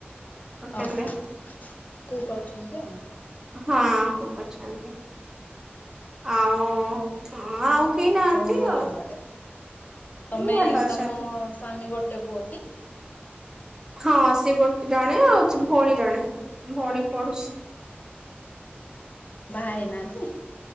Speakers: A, on the right (about 15°); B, on the left (about 45°).
A: ହୋଟେଲରେ
B: ଓହୋ କୁକ୍ ଅଛନ୍ତି ଆଉ
A: ହଁ କୁକ୍ ଅଛନ୍ତି ଆଉ ହଁ ଆଉ କେହି ନାହାନ୍ତି
B: ସବୁ ଭଲ
A: ଆଉ
B: ଘରେ? ତମେ
A: ମୁଁ ଭଲ ଅଛନ୍ତି।
B: ତମ ସ୍ୱାମୀ ଗୋଟେ ପୁଅ କି
A: ହଁ ସେ ଗୋଟେ ଜଣେ ଆଉ ଭଉଣୀ ଜଣେ ଭଉଣୀ ପଢୁଚି।
B: ବାହା ହେଇନାହାନ୍ତି।